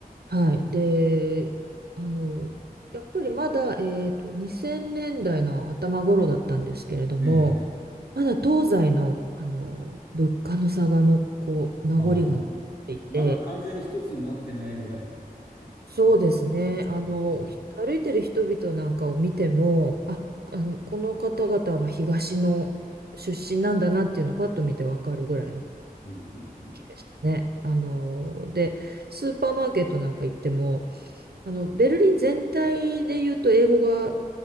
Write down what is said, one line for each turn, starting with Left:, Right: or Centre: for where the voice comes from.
Right: はい。で、あの、やっぱりまだ、えっと、2000年代の頭頃だったんですけれども、
Left: ええ、
Right: まだ東西の、あの物価の差がのこう名残が残っていて、
Left: ああ、まだ完全に一つになってないぐらいの
Right: そうですね。
Left: 時ですかうん、
Right: あの、ひ歩いてる人々なんかを見ても、あ、あの、この方々はまあ東の出身なんだなっていうのをパッと見てわかるぐらいの
Left: うん、うん。うん
Right: 気でしたね。あのでスーパーマーケットなんか行ってもあのベルリン全体で言うと英語が